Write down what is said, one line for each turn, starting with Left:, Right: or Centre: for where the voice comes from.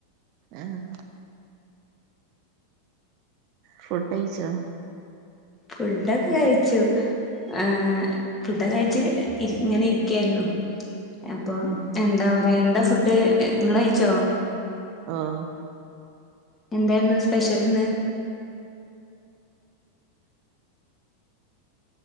Right: ആഹ് ഫുഡയ്ച്ചോ
Left: ഫുഡൊക്ക കഴിച്ചു ഏ ഫുഡൊക്ക കയ്ച് ഇര് ഇങ്ങനെ ഇരിക്കായിരുന്നു അപ്പൊ
Right: ഉം
Left: എന്താ പറയാ എന്താ ഫുഡ് ഇങ്ങള് കയിച്ചോ
Right: ആഹ്
Left: എന്തേയിരുന്നു സ്പെഷ്യല് ഇന്ന്